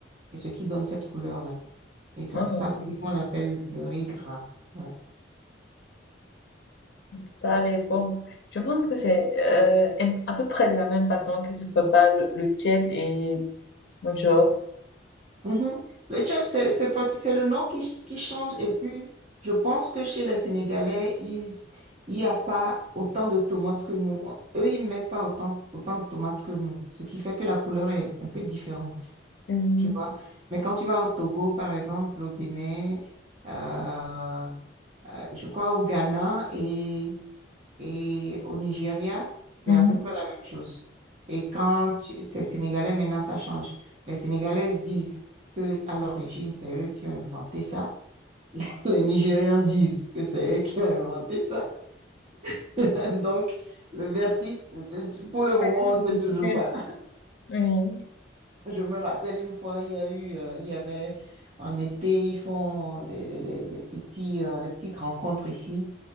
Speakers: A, on the right; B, on the left.
A: Et ce qui donne cette couleur-là. Et c'est
B: Wow,
A: pour ça que nous, on l'appelle le riz gras. Ouais.
B: ça, elle est bon. Je pense que c'est euh, un- à peu près de la même façon que se prépare le, le tchèp et le genre.
A: Mhm. Le chef, c'est c'est prati- c'est le nom qui, qui change. Et puis, je pense que chez les Sénégalais, ils, il n'y a pas autant de tomates que nous. Eux, ils ne mettent pas autant, autant de tomates que nous, ce qui fait que la couleur est un peu différente,
B: Mhm,
A: tu vois. Mais quand tu vas au Togo, par exemple, au Bénin, euh, euh, je crois au Ghana et et au Nigeria, c'est
B: mhm.
A: à peu près la même chose. Et quand tu- c'est sénégalais, maintenant, ça change. Les Sénégalais disent que à l'origine, c'est eux qui ont inventé ça. <laughs> Les Nigérians disent que c'est eux qui ont inventé ça. <laughs> Donc, le verdict, pour le moment,
B: Chacun se
A: on ne sait
B: discute.
A: toujours pas.
B: Oui,
A: Je me rappelle une fois, il y a eu, euh, il y avait en été, ils font les, les, les, les petits, euh, les petites rencontres ici.